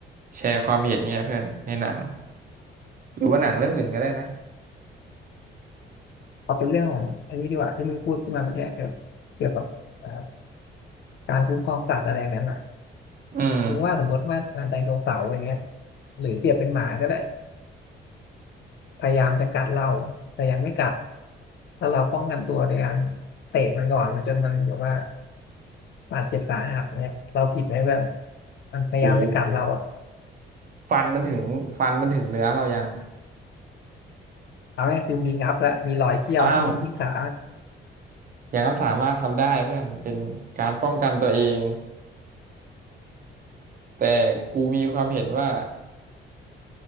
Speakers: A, on the right; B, on the left.
A: แชร์ความเห็นเนี่ยเพื่อนในหนังหรือว่าหนังเรื่องอื่นก็ได้นะ
B: พอเป็นเรื่องของอันนี้ดีกว่าที่มึงพูดขึ้นมาเมื่อกี้เกี่ยวเกี่ยวกับอ่าการคุ้มครองสัตว์อะไรอย่างนั้นอ่ะ
A: อืม
B: คุณว่าสมมติว่าอ่าไดโนเสาร์อย่างเงี้ยหรือเปรียบเป็นหมาก็ได้พยายามจะกัดเราแต่ยังไม่กัดถ้าเราป้องกันตัวในการเตะมันก่อนแล้วจนมันแบบว่า บาดเจ็บสาหัสเนี่ยเราผิดไหมเพื่อนมันพยายามจะกัดเราอ่ะ
A: โหฟันมันถึงฟันมันถึงเนื้อเรายัง
B: เอาง่ายคือมีงับและมีรอยเขี้ยวที่ที่ขา
A: อ้าวอย่างนั้นสามารถทำได้เพื่อนเป็นการป้องกันตัวเองแต่กูมีความเห็นว่า